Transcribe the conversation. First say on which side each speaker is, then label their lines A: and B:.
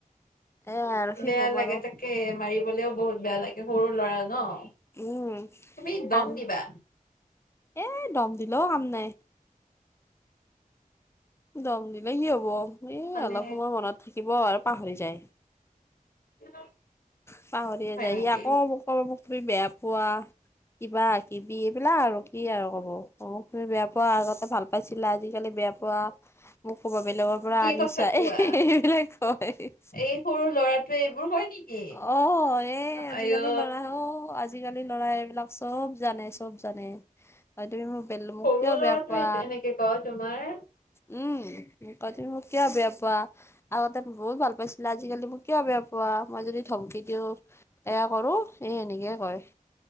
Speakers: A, on the left; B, on the left.
A: এ আৰু কি
B: বেয়া
A: কম
B: লাগে
A: আৰু
B: তাকে, মাৰিবলেও বহুত বেয়া লাগে, সৰু ল'ৰা ন'।
A: উম,
B: তুমি
A: তান,
B: দম দিবা
A: এ দম দিলেও কাম নাই। দম দিলে কি হ'ব, এ
B: মানে
A: অলপ সময় মনত থাকিব আৰু পাহৰি যায়।
B: <unintelligible>
A: পাহৰিয়ে
B: হয়
A: যাই,
B: নেকি?
A: সী আকৌ কব, মোক তুমি বেয়া পোৱা, কিবা কিবি, এইবিলাক আৰু কি আৰু ক'ব। কব তুমি বেয়া পোৱা, আগতে ভাল পাইছিলা, আজিকালি বেয়া পোৱা। মোক ক'ব বেলেগৰ পৰা
B: কি
A: আনিছা,
B: কথা কোৱা?
A: এইবিলাক কয়।
B: এই সৰু ল'ৰাটোৱে এইবোৰ হয় নেকি?
A: অ', এ আজিকালি
B: আইঅ
A: ল'ৰা অ', আজি আজিকালি ল'ৰাই, এইবিলাক চব জানে, চব জানে। হয়, তুমি মোক ব মোক
B: সৰু
A: কিয়
B: ল'ৰাটোৱে
A: বেয়া পোৱা?
B: এইটো- এনেকে কয় তোমাৰ?
A: উম। মোক কয় তুমি মোক কিয় বেয়া পোৱা, আগতে বহুত ভাল পাইছিলা আজিকালি মোক কিয় বেয়া পোৱা। মই যদি ধমকি দিওঁ এয়া কৰোঁ, এই সেনেকে কয়